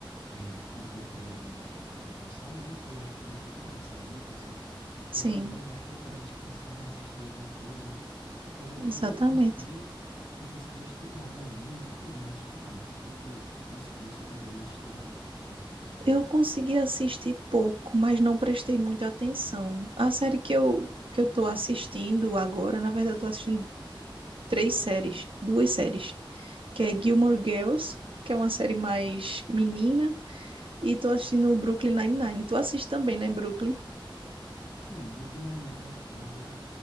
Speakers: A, on the left; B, on the right.
A: é, como teve feriadão naquele passado, né? Foi, eu acho que mais para o cara sair, passear e tal.
B: Sim,
A: Esse agora é mais para o cara descansar, assistir alguma coisa, né? Apesar de
B: exatamente.
A: que eu não consegui, não consegui assistir nada ainda, nem ontem, nem hoje, não assisti nada. Tu, tu conseguisse ou tá querendo assistir algo esse, esse feriado?
B: Eu consegui assistir pouco, mas não prestei muita atenção. A série que eu que eu tô assistindo agora, na verdade, eu tô assistindo três séries, duas séries, que é Gilmore Girls, que é uma série mais menina, e tô assistindo Brooklyn Nine-Nine. Tu assiste também, né, Brooklyn?
A: Não, Brooklyn Nine-Nine eu acho bom. Agora,